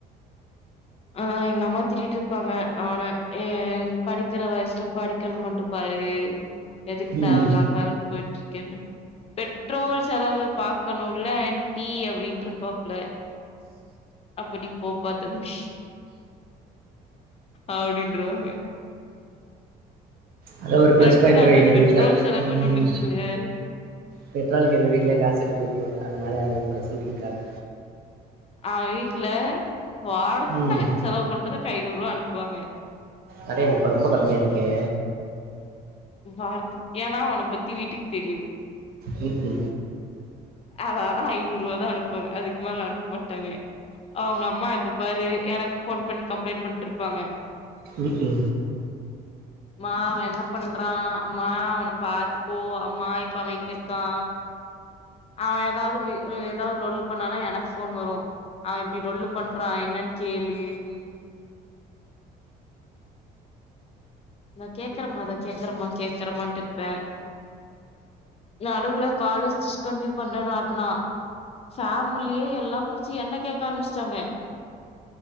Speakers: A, on the left; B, on the right.
A: ஆ எங்க அம்மா திட்டிட்ருப்பாங்க அவன ஏன் படிக்கிற வயசுல படிக்கிறது மட்டு பாரு எதுக்கு
B: ம்
A: தேவலாமா வேல போயிட்ருக்கேன்னு பெட்ரோல் செலவு பாக்கணுல்ல ஆண்ட்டி அப்டின்ருபாப்ல அப்ப நீ போப்பா தம்பி அப்டின்ட்ருவாங்க
B: அது ஒரு பிளஸ்
A: கரெக்ட்டு
B: பாயிண்ட்
A: தான
B: இருக்கு எங்க
A: பெட்ரோல்
B: வீட்ல
A: செலவுன்னு
B: ம்
A: ஒன்னு இருக்குல்லே
B: பெட்ரோலுக்கு எங்க வீட்லே காசனுப்பி உட்ருவாங்க அதனால அது பிரச்சன இருக்காது
A: அவ வீட்ல வாரத்துக்கு
B: ம்
A: செலவு பண்றதுக்கு ஐநூர்வா அனுப்புவாங்க
B: அடேங்கப்பா ரொம்ப கம்மியா இருக்கே
A: வாரத்துக் ஏனா அவன பத்தி வீட்டுக் தெரியு
B: ம்கு
A: அதனாலதா ஐநூருவாதா அனுப்வாங்க அதுக்மேல அனுப் மாட்டாங்க அவுங்க அம்மா எப்ப பாரு எனக்கு ஃபோன் பண்ணி கம்ப்ளைண் பண்ட்ருப்பாங்க
B: ம்கு
A: மா அவ என்ன பண்றா அம்மா அவன பாத்துக்கோ அம்மா இப்ப அவ எங்கிருக்கா அவ எதாது வே எதாது லொள்ளு பண்ணானா எனக்கு ஃபோன் வரு அவ இப்டி லொள்ளு பண்றா என்னன் கேளு நா கேக்கரம்மா இதோ கேக்கரம்மா கேக்கறமான்ட்டு இப்ப நடுவுல காலேஜ் டிஸ்கன்ட்ன்யூ பண்றென் ஆட்னா ஃபேமிலியே எல்லா புடுச்சு என்ன கேக்க ஆரம்பிச்ட்டாங்க